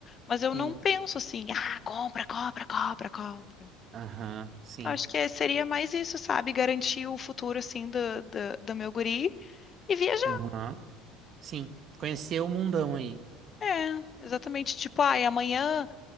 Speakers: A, on the left (about 35°); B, on the right (about 45°).
A: Mas eu
B: sim.
A: não penso assim, ah, compra, compra, compra, compra.
B: Aham, sim.
A: Então, acho que é- seria mais isso, sabe? Garantir o futuro, assim, do, do, do meu guri e viajar.
B: Aham, sim. Conhecer o mundão aí.
A: É, exatamente. Tipo, ai, amanhã,